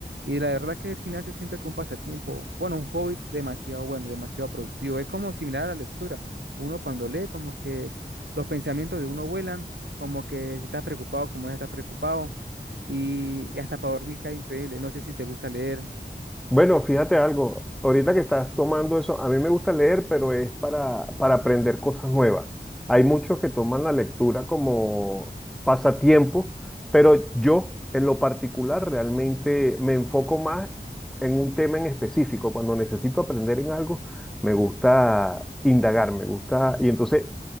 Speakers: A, on the right; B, in the centre.
A: Y la verdad que el gimnasio siento que es un pasatiempo, bueno, un hobby demasiado bueno, demasiado productivo. Es como similar a la lectura. Uno cuando lee, como que los pensamientos de uno vuelan, como que si estás preocupado, como es estar preocupado. Y, y hasta para dormir cae increíble. No sé si te gusta leer,
B: Bueno, fíjate algo, ahorita que estás tomando eso, a mí me gusta leer, pero es para, para aprender cosas nuevas. Hay muchos que toman la lectura como pasatiempo, pero yo en lo particular realmente me enfoco más en un tema en específico. Cuando necesito aprender en algo, me gusta indagar, me gusta, y entonces